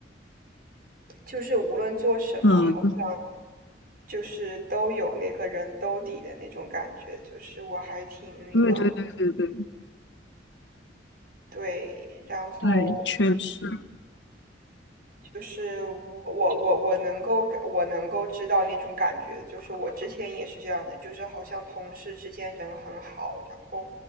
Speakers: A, on the right; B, on the left.
A: 就是无论做什么，
B: 嗯，
A: 好像就是都有那个人兜底的那种感觉，就是我还挺那个，
B: 对对对对对
A: 对，然后
B: 对，确实，
A: 就是我我我我能够感我能够知道那种感觉，就是我之前也是这样的，就是好像同事之间人很好，然后